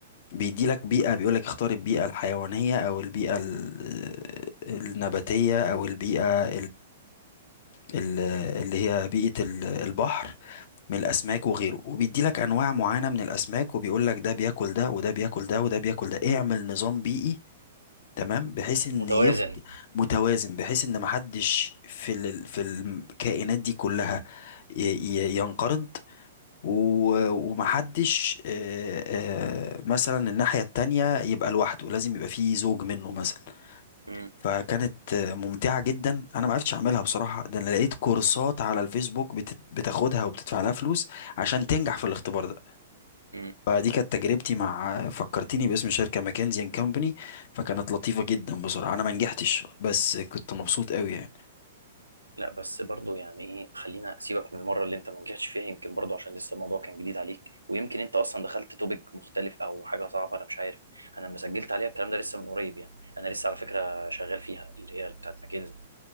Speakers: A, on the left (about 50°); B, on the right (about 80°).
A: بيديلك
B: مم،
A: بيئة بيقولك اختار البيئة الحيوانية او البيئة ال- آه، النباتية او البيئة ال- اللي هي بيئة ال- البحر من الأسماك
B: مم.
A: وغيره وبيدي لك أنواع معينة من الأسماك وبيقول لك ده بياكل ده وده بياكل ده وده بياكل ده اعمل نظام بيئي تمام بحيث ان
B: متوازن
A: يفضل متوازن بحيث ان محدش في ال... في الكائنات دي كلها ي... ي- ينقرض و... ومحدش آه، آه، مثلا الناحية التانية يبقى لوحده لازم يبقى فيه زوج منه مثلا
B: مم،
A: فكانت آه، ممتعة جدا انا ما عرفتش اعملها بصراحة ده انا لقيت كورسات على الفيسبوك بت- بتاخدها وبتدفع لها فلوس عشان تنجح في الاختبار ده
B: مم.
A: فدي كانت تجربتي مع آه، فكرتيني باسم شركة ماكنزي اند كومباني فكانت لطيفة جدا بصراحة انا ما نجحتش بس كنت مبسوط قوي يعني
B: لا بس برضو يعني ايه خلينا سيبك من المره اللي انت ما نجحتش فيها يمكن برضو عشان لسه الموضوع كان جديد عليك ويمكن انت اصلا دخلت توبيك مختلف او حاجه صعبه انا مش عارف انا لما سجلت عليها الكلام ده لسه من قريب يعني انا لسه على فكره شغال فيها اللي هي بتاعت ماكنزي